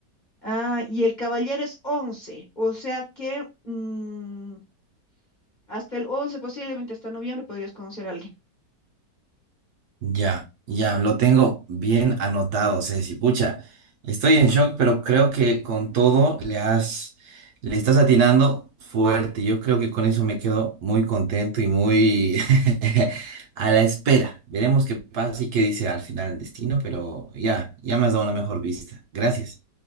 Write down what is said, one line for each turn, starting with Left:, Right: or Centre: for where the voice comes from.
Left: Ah, y el caballero es 11, o sea que mm, hasta el 11 posiblemente hasta noviembre, podrías conocer a alguien.
Right: Ya, ya, lo tengo bien anotado, Ceci. Pucha, estoy en shock, pero creo que con todo le has, le estás atinando fuerte. Yo creo que con eso me quedo muy contento y muy <laughs> a la espera. Veremos qué pasa y qué dice al final el destino, pero ya, ya me has dado una mejor vista. Gracias.